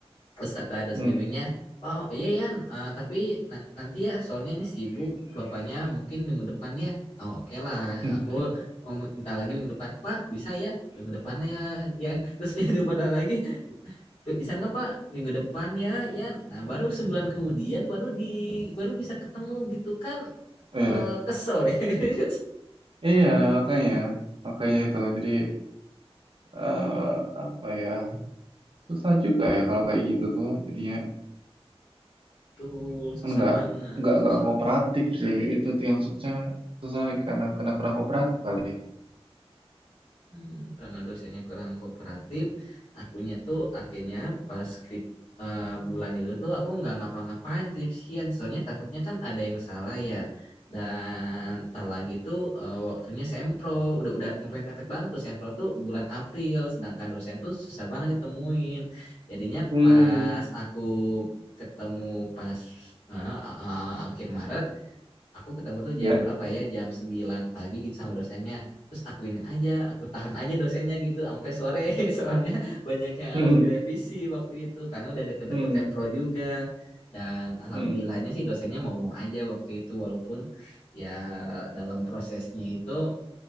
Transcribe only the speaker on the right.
Hmm.
Hmm.
Iya.
Iya, makanya.
Makanya itu. Jadi eh apa ya? Susah juga ya kalau kayak gitu tuh. Jadinya
kan nggak
nggak nggak
kooperatif sih. Itu itu yang susah susah karena karena kurang kooperatif kali.
Hmm.
Ya,
<laughs>
Hmm,
hmm,